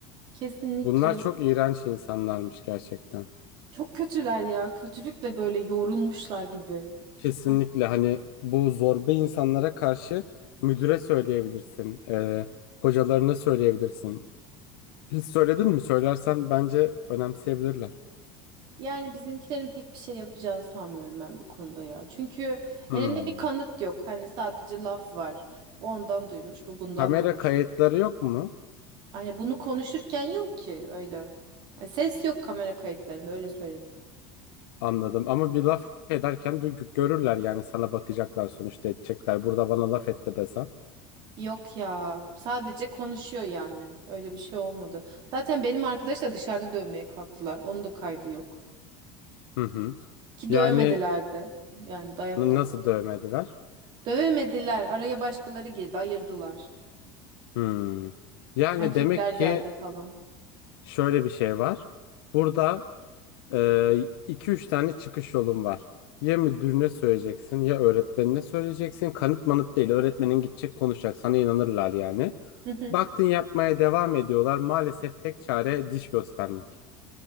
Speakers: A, on the right; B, on the left.
A: Kesinlikle.
B: Bunlar çok iğrenç insanlarmış gerçekten.
A: Çok kötüler ya. Kötülükle böyle yorulmuşlar gibi.
B: Kesinlikle
A: Ha,
B: hani bu zorba insanlara karşı müdüre söyleyebilirsin, e, hocalarına söyleyebilirsin. Hiç söyledin mi? Söylersen bence önemseyebilirler.
A: Yani bizimkilerin pek bir şey yapacağını sanmıyorum ben bu konuda ya. Çünkü
B: Hmm.
A: elimde bir kanıt yok. Hani sadece laf var. O ondan duymuş, bu bundan
B: Kamera
A: duymuş.
B: kayıtları yok mu?
A: Hani bunu konuşurken yok ki öyle. Hani ses yok kamera kayıtlarında öyle söyleyeyim.
B: Anladım. Ama bir laf ederken duy- görürler yani sana bakacaklar sonuçta edecekler. Burada bana laf etti desen.
A: Yok ya. Sadece konuşuyor yani. Öyle bir şey olmadı. Zaten benim arkadaş da dışarıda dövmeye kalktılar. Onun da kaydı yok.
B: Hı hı.
A: Ki
B: Yani
A: dövmediler de. Yani dayak
B: n-
A: da
B: nasıl dövmediler?
A: Dövemediler. Araya başkaları girdi, ayırdılar.
B: Hmm. Yani
A: Erkekler
B: demek
A: geldi
B: ki
A: falan.
B: şöyle bir şey var. Burada Ee, üç tane çıkış yolun var. Ya müdürüne söyleyeceksin ya öğretmenine söyleyeceksin. Kanıt manıt değil. Öğretmenin gidecek konuşacak. Sana inanırlar yani.
A: Hı hı.
B: Baktın yapmaya devam ediyorlar. Maalesef tek çare diş göstermek.